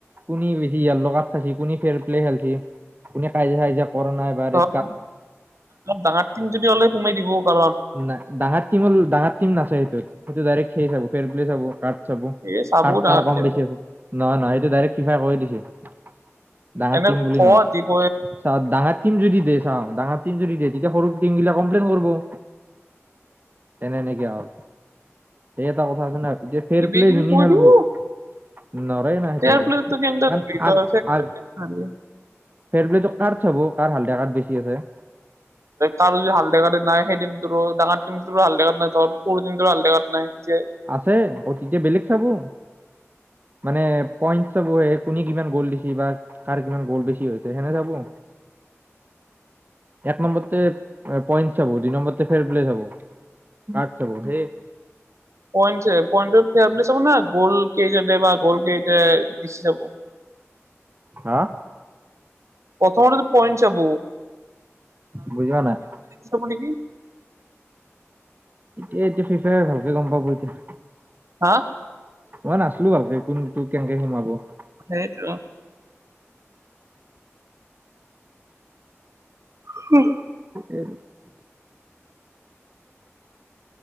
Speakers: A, on the right; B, on the right.
A: কুনি বেছি ইাত খাইছ কুনি ফেৰ প্লে খেলছে । <unintelligible> কোনে কাজিয়া সজীয়া কৰা নাই বা ৰী
B: অপ ডাঙৰ টিম যদি অ'লে সোমাই দিব ন
A: নাই ডাঙৰ টিম ডাঙৰ টিম নচছে সেইটোত সেইটো ডাইৰেক্ট খে চাব ফেৰ পল্লে চাব । <unintelligible> কাৰ্ড চাব
B: এই চাবো ডাঙৰ
A: কাৰ
B: টিম
A: কম বেছি
B: অলপ
A: আছে নহয় নহয় এইটো ডাইৰেক্ সিফাই কৈ দিছে । ডাঙা
B: এনে
A: টীম বুলি
B: কয়
A: নহয়
B: কি কয়
A: চ ডাঙা টিম যদি দিয়ে চা ডাঙৰ টিম যদি দিয়ে তেতিয়া সৰু টিম বিলাক কমপ্লেইন কৰিব । এনেই নে কি আও, এই এটা কথা আছে ন । যে ফেৰ
B: কিবি
A: প্লে
B: কিবি
A: ধুনি
B: কৈ
A: খেলব
B: দিব
A: । নৰায় না
B: ফেয়াৰ
A: সেইটো
B: প্লেটো কেনেকে ধৰি
A: আৰ
B: তই
A: আগ
B: ফেয়াৰ
A: আগ <unintelligible>
B: প্লে
A: ফেয়ৰ প্লয়ে কাৰ চাব কাৰ হাল্দা কাত বেছি আছে ।
B: কাৰ যদি হালদ নাই সেই দিনটোৰো ডাঙৰ তিমটোৰো হালদিয়া কাৰ্ড নাই ত সৰু দিনটো হালদিয়া কাৰ্ড নাই তেতিয়া
A: আছে অতিতিয়া বেলেগ চাব । মানে পইণ্ট চব স কোনে কিমান গ'ল দেখি বা কাৰ কিমান গ'ল বেছি হৈছে হেনে চাব । এক নম্বৰতে পইন্ট চাব দুই নম্বৰতে ফেৰ প্লে চাব । কাতছ বৌ হেই ।
B: পইট পইণ্টত ফে বুলি চাব না গল কেইটা দে বা গল কেইট দি যাব ।
A: হা
B: প্ৰথম পইণ্ট চাব
A: বুজি পোৱা নাই
B: ত নেকি ।
A: এ এতিয়া ফিফাই ভালকে গম পাব এতিয়া ।
B: অ
A: মই নাছিলো ভালকে কোন তোক কেনেকে সোমাব ।
B: সেইটো। হ
A: এইটো